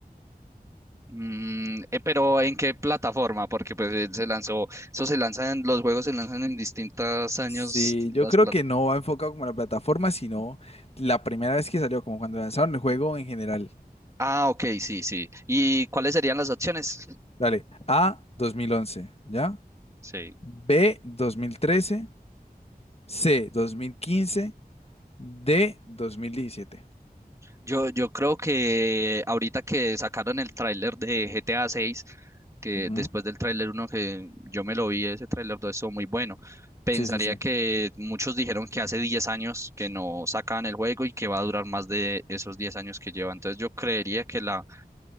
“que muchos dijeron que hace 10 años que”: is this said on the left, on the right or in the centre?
Right